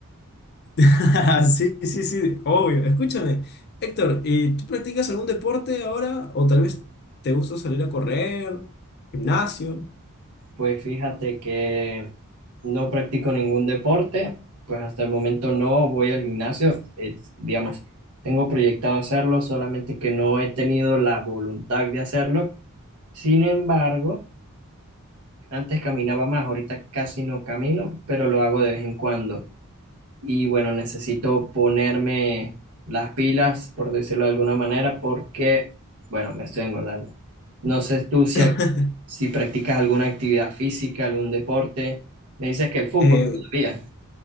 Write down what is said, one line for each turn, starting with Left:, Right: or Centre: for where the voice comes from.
Left: <laughs> Sí, sí, sí, obvio. Escúchame, Héctor, ¿y tú practicas algún deporte ahora? ¿O tal vez te gusta salir a correr, gimnasio?
Right: Pues fíjate que no practico ningún deporte, pues hasta el momento no voy al gimnasio, eh, digamos, tengo proyectado hacerlo, solamente que no he tenido la voluntad de hacerlo. Sin embargo, antes caminaba más, ahorita casi no camino, pero lo hago de vez en cuando y bueno, necesito ponerme las pilas, por decirlo de alguna manera, porque, bueno, me estoy engordando. No sé tú si,
Left: <laughs>
Right: ac- si practicas alguna actividad física, algún deporte. Me dices que el fútbol
Left: Eh,
Right: todavía.